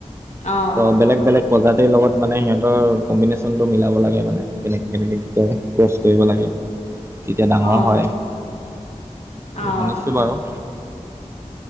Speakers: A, on the left (about 65°); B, on the right (about 20°).
A: অ
B: ত' বেলেগ, বেলেগ প্ৰজাতিৰ লগত মানে সিহঁতৰ কম্বিনেশ্যনটো মিলাব লাগে মানে, কেনে- কেনেকৈ কি কৰে, ক্ৰছ কৰিব লাগে মানে। তেতিয়া ডাঙৰ
A: অ
B: হয়,
A: অ
B: শুনিছোঁ বাৰু।